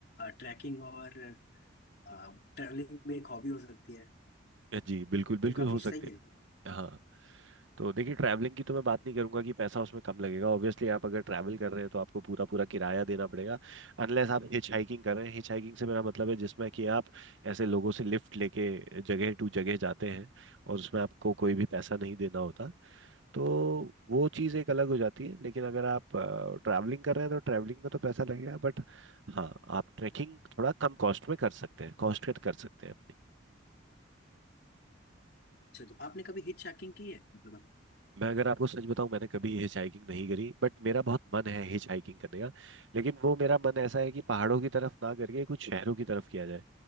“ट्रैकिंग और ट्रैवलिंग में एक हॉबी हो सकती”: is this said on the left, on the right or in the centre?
Left